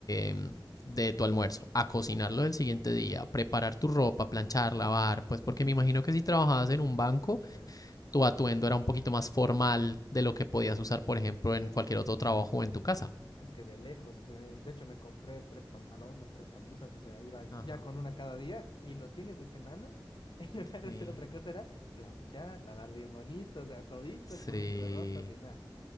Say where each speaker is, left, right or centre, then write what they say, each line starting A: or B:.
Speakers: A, on the left; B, on the left.
A: em, de tu almuerzo, a cocinarlo del siguiente día, preparar tu ropa, planchar, lavar. Pues porque me imagino que si trabajabas en un banco
B: Sí.
A: tu atuendo era un poquito más formal de lo que podías usar, por ejemplo, en cualquier otro trabajo o en tu casa.
B: Es que de lejos, te- de hecho me compré tres pantalones, tres camisas, o sea, iba
A: Ajá.
B: ya con una cada día y los fines de semana, <laughs> en lugar de
A: Sí.
B: hacer otra cosa, era planchar, lavar bien bonito, o sea, todito
A: Sí.
B: el conjunto de ropas y nada.